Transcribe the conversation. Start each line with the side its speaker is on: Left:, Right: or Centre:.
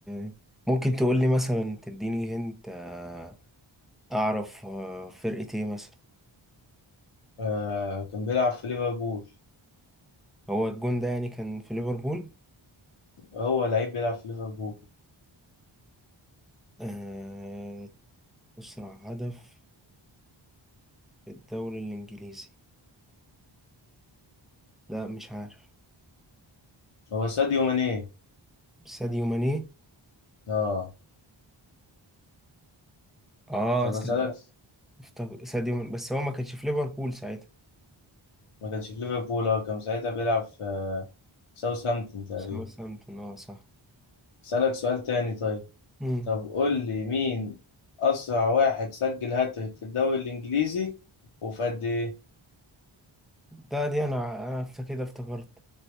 Centre: آه ممكن تقول لي مثلا تديني هنت آه أعرف آه فرقة إيه مثلا
Left: آه، كان بيلعب في ليفربول
Centre: هو الجون ده يعني كان في ليفربول
Left: هو لعيب بيلعب في ليفربول
Centre: آه أسرع هدف في الدوري الإنجليزي لا مش عارف
Left: هو ساديو ماني
Centre: ساديو ماني
Left: اه
Centre: آه
Left: طب
Centre: ساديو
Left: اسالك
Centre: افتكر- ساديو ماني. بس هو ما كانش في ليفربول ساعتها
Left: ما كانش في ليفربول اه كان ساعتها بيلعب في آه، ساوثهامبتون تقريبا
Centre: ساوثهامبتون آه صح
Left: اسالك سؤال تاني طيب
Centre: مم.
Left: طب قول لي مين اسرع واحد سجل هاتريك في الدوري الانجليزي وفي قد ايه
Centre: ده دي انا انا فت- كده افتكرت